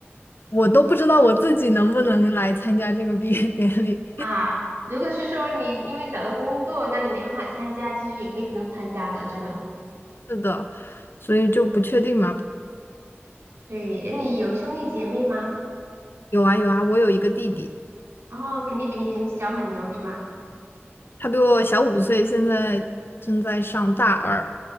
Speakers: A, on the left; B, on the right.
A: 我都不知道我自己能不能来参加这个毕业典礼，
B: 啊，如果是说你因为找到工作，那你没办法参加，其实也可以不用参加的，真的。
A: <laughs> 是的，所以就不确定嘛。
B: 对，诶你有兄弟姐妹吗？
A: 有啊有啊，我有一个弟弟，
B: 哦，肯定比你很小很多，是吧？
A: 他比我小五岁，现在正在上大二，